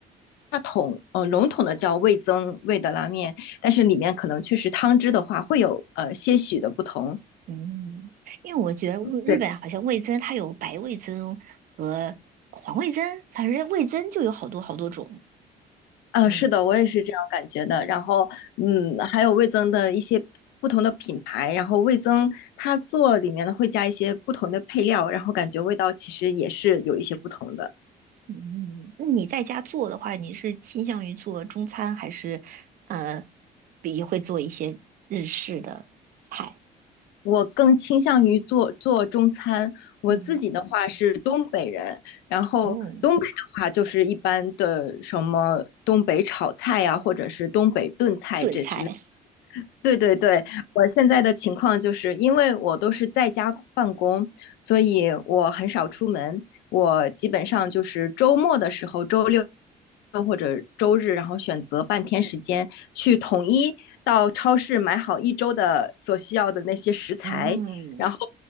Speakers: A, on the left; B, on the right.
A: 它统呃笼统的叫味增味的拉面，但是里面可能确实汤汁的话会有呃些许的不同。
B: 嗯，因为我觉得日本好像味增它有白味增和黄味增，
A: 对，
B: 反正味增就有好多好多种。
A: 呃，
B: 嗯。
A: 是的，我也是这样感觉的。然后嗯，还有味增的一些不同的品牌，然后味增它做里面呢会加一些不同的配料，然后感觉味道其实也是有一些不同的。
B: 嗯，嗯嗯那你在家做的话，你是倾向于做中餐，还是呃，比会做一些日式的菜？
A: 我更倾向于做做中餐。我自己的话是东北人，
B: 嗯
A: 然后东北的话就是一般的什么东北炒菜呀、
B: 嗯，
A: 或者是东北炖菜这之类。
B: 炖菜。
A: 对对对，我现在的情况就是因为我都是在家办公，所以我很少出门。我基本上就是周末的时候，周六或者周日，然后选择半天时间去统一到超市买好一周的所需要的那些食材，
B: 嗯
A: 然后